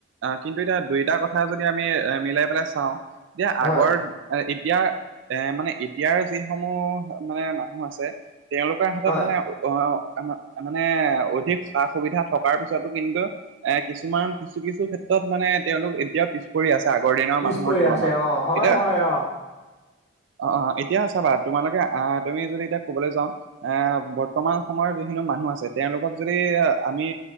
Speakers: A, on the right; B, on the left.
A: কিন্তু এতিয়া দুইটা কথা যদি আমি এ মিলাই পেলাই চাওঁ এতিয়া
B: হয়,
A: আগৰ, এতিয়া এ মানে এতিয়াৰ যিসমূহ মানে মানুহ আছে তেওঁলোক, হাতত
B: হয়,
A: মানে অ মানে অধিক সা সুবিধা থকাৰ পিছতো কিন্তু, এ কিছুমান কিছু কিছু ক্ষেত্ৰত মানে তেওঁলোক এতিয়াও পিছত, কৰি আছে আগৰ দিনৰ
B: পিছ
A: মানুহৰ
B: পৰি
A: তুলনাত
B: আছে অ, হয়,
A: এতিয়া,
B: হয় অ,
A: অ অ এতিয়া চাবা বাৰু তোমালোকে আহ তুমি যদি এতিয়া ক'বলৈ যাওঁ, আহ বৰ্তমান সময়ৰ যিখিনি মানুহ আছে তেওঁলোকক যদি আমি।